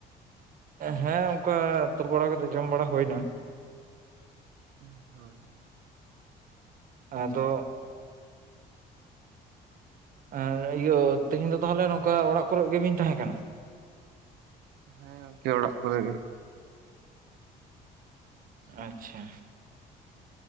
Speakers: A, on the right; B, on the right.
A: ᱦᱮᱸ ᱚᱱᱠᱟ ᱛᱩᱞᱩ ᱵᱟᱲᱟ ᱠᱟᱛᱮ ᱡᱚᱢ ᱵᱟᱲᱟ ᱦᱩᱭᱮᱱᱟ
B: ᱦᱳᱭ ᱦᱳᱭ
A: ᱟᱫᱚ ᱟᱨ ᱤᱭᱟᱹ ᱛᱮᱦᱮᱧ ᱫᱚ ᱛᱟᱦᱚᱞᱮ ᱱᱚᱝᱠᱟ ᱚᱲᱟᱜ ᱠᱚᱨᱮ ᱜᱮᱵᱤᱱ ᱛᱟᱦᱮᱸ ᱠᱟᱱᱟ
B: ᱦᱮᱸ ᱜᱚᱝᱠᱮ ᱚᱲᱟᱜ ᱠᱚᱨᱮ ᱜᱮ
A: ᱟᱪᱪᱷᱟ